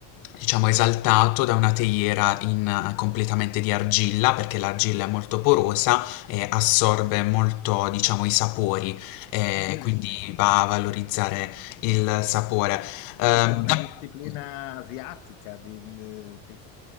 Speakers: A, on the left; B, on the left.
A: Diciamo esaltato da una teiera in, completamente di argilla perché l'argilla è molto porosa eh, assorbe molto, diciamo, i sapori, eh,
B: Incredibile.
A: Mm, quindi va a valorizzare il sapore. Ehm,
B: Cos'è una
A: da-
B: disciplina
A: ok.
B: asiatica di, eh, che-